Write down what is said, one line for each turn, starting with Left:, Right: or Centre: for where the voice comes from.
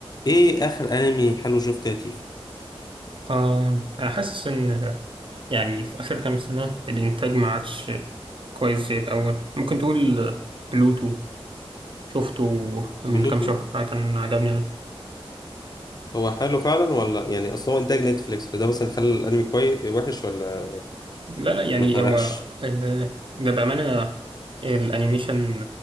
Left: ايه اخر انمي حلو شفته يا تيف
Right: آه أنا حاسس إن يعني في آخر كام سنة الإنتاج ما عادش كويس زي الأول ممكن تقول بلوتو شفته من
Left: بلوتو
Right: كام شهر آه، كان عجبني
Left: هو حلو فعلا ولا يعني اصل هو انتاج نتفليكس فده مثلا خلى الانمي كويس وحش ولا
Right: لا لا يعني
Left: ما فرقش
Right: هو آه، ده بأمانة الأنيميشن